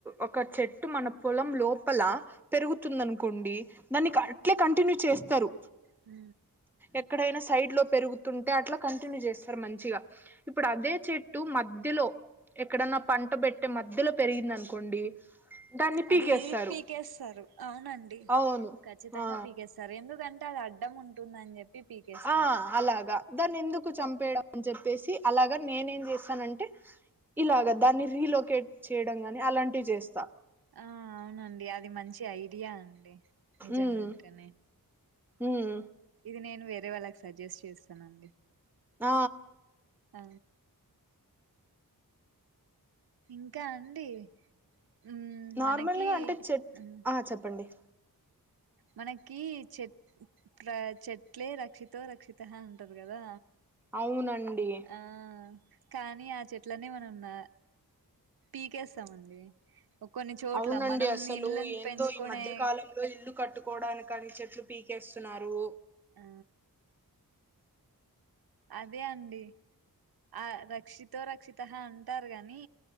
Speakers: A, in the centre; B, on the right.
A: ఒక చెట్టు మన పొలం లోపల పెరుగుతుంది అనుకోండి దానికా చేస్తారు
B: అ
A: ఎక్కడైనా సైడ్ లో పెరుగుతుంటే అట్లా కంటిన్యూ చేస్తారు మంచిగా ఇప్పుడు అదే చెట్టు మధ్యలో ఎక్కడన్నా పంట పెట్టే మధ్యలో పెరిగింది అనుకోండి దాన్ని పీకేస్తారు
B: అది పీకేస్తారు అవునండి
A: అవును
B: ఖచ్చిత తంగ
A: ఆ
B: పీకేస్తారు ఎందుకంటే అది అడ్డం ఉంటుందని చెప్పి పీకేస్తారు
A: ఆ అలాగా దాన్ని ఎందుకు చంపేయడం అని చెప్పేసి అలాగా నేనేం చేస్తానంటే ఇలాగ దాన్ని రీలోకేట్ చేయడం గాని అలాంటివి చేస్తా
B: ఆ అవునండి అది మంచి ఐడియా అండి నిజంగా
A: ఉమ్
B: అనుకనే
A: ఉమ్
B: ఇది నేను వేరే వాళ్ళకి సజెస్ట్ చేస్తానండి
A: ఆ
B: ఆ ఇంకా అండి మ్మ్
A: నార్మల్గా
B: మనకి
A: అంటే చెట్
B: మ్మ్
A: ఆ చెప్పండి
B: మనకి చెట్ ప్ర చెట్లే రక్షితో రక్షితః టరు కదా
A: అవునండి
B: ఆ కానీ ఆ చెట్లన్నీ మనం నా పీకేస్తామండి కొన్ని చోట్ల
A: అవునండి
B: మనం
A: అసలు
B: ఇండ్లను
A: ఏందో
B: పెంచుకునే
A: ఈ మధ్య కాలంలో ఇల్లు కట్టుకు కోవడానికి అన్ని చెట్లు పీకేస్తున్నారు
B: ఆ అదే అండి ఆ రక్షితో రక్షితః అంటారు గాని